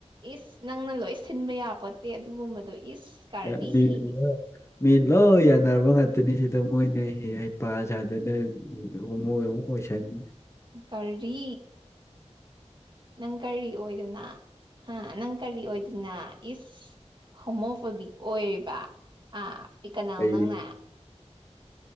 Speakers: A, on the right; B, on the left.
A: ꯏꯁ ꯅꯪꯅ ꯂꯣꯏ ꯁꯤꯟꯕ ꯌꯥꯄꯣꯠꯇꯦ ꯑꯗꯨꯒꯨꯝꯕꯗꯣ ꯏꯁ ꯀꯥꯔꯗꯤ
B: ꯑꯦ, ꯃꯤ ꯂꯣꯏ- ꯃꯤ ꯂꯣ ꯌꯥꯟꯅꯔꯕ ꯉꯥꯛꯇꯅꯤ ꯁꯤꯗ ꯃꯣꯏꯅ ꯍ ꯄ ꯁꯥꯗꯅꯣꯏ ꯑꯣꯏꯁꯥꯅꯤ
A: ꯀꯔꯤ ꯅꯪ ꯀꯔꯤ ꯑꯣꯏꯗꯅ ꯅꯪ ꯀꯔꯤ ꯑꯣꯏꯗꯅ ꯏꯁ ꯍꯣꯃꯌꯣꯄꯦꯕꯤꯛ ꯑꯣꯏꯔꯤꯕ ꯑ ꯄꯤꯀꯅꯥꯎ
B: ꯑꯩ
A: ꯅꯪꯅꯦ